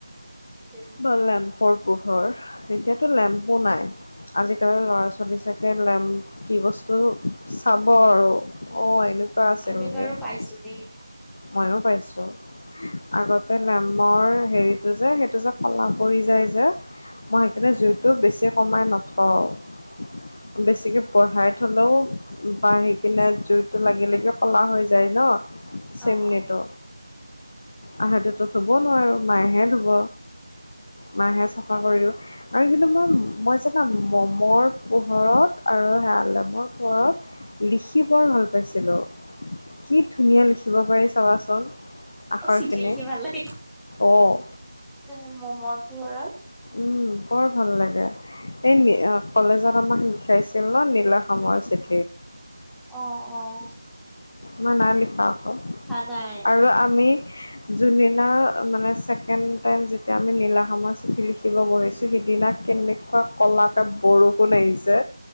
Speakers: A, in the centre; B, on the left (about 30°).
A: উম।
B: বা লেম্পৰ পোহৰ এতিয়াতো লেম্পো নাই। আজিকালি ল'ৰা ছোৱালী চাকে লেম কি বস্তু চাব আৰু-
A: উম
B: অ এনেুৱা আছিল
A: আমি
B: এনকে।
A: বাৰু পাইছো দেই-
B: ময়ো পাইছো। আগতে লেমৰ হেৰিটো যে সেইটো যে কলা পৰি যায় যে। মই সেইকাৰণে জুইটো বেছি কমাই নথওঁ। বেছিকে বঢ়াই থলো- বাঢ়ি কিনে জুইতটো লাগি লাগি কলা হৈ যায় ন। চেমনিটো,
A: অ হয়।
B: আহ হেতেতো ধুব নোৱাৰোঁ মায়েহে ধুব। মায়েহে চাফা কৰিও। আৰু কিন্তু মই মই জানা মমৰ পোহৰত আৰু সেয়া লেমৰ পোহৰত- লিখি বৰ ভাল পাইছিলোঁ, কি ধুনীয়া লিখিব পাৰি চাবাচোন। আখৰখিনি
A: অ চিঠি লিখি ভাল লাগে,
B: অ
A: এ মমৰ পোহৰত।
B: উম বৰ ভাল লাগে, এই কলেজত- মাহ লিখাইছিল ন নীলা খামৰ চিঠি -
A: অঁ অঁ-
B: ম‌ই নাই লিখা আক'
A: নাই
B: আৰু আমি যোন দিনা মানে ছেকেণ্ড টাইম যেতিয়া আমি নীলা খামৰ চিঠি লিখিব বহিছো সিদিনা কেনেকুৱা কলাকে বৰষুণ আহিছে।